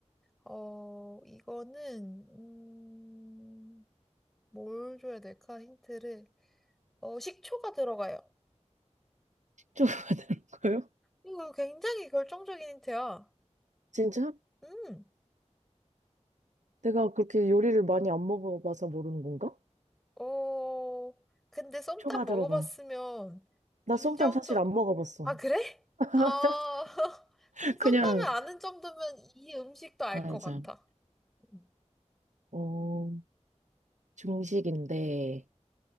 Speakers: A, in the centre; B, on the right.
A: 어, 이거는, 음, 뭘 줘야 될까, 힌트를. 어, 식초가 들어가요.
B: 식초가 <laughs> 들어가요?
A: 이거 굉장히 결정적인 힌트야.
B: 진짜?
A: 음,
B: 내가 그렇게 요리를 많이 안 먹어봐서 모르는 건가?
A: 어, 근데 쏨땀
B: 초가
A: 먹어봤으면,
B: 들어가. 나
A: 이
B: 쏨땀
A: 정도,
B: 사실 안 먹어봤어.
A: 아, 그래?
B: <laughs>
A: 아, <laughs> 근데 쏨땀을
B: 그냥,
A: 아는 정도면 이 음식도 알
B: 아,
A: 것 같아.
B: 참.
A: 음,
B: 어, 중식인데,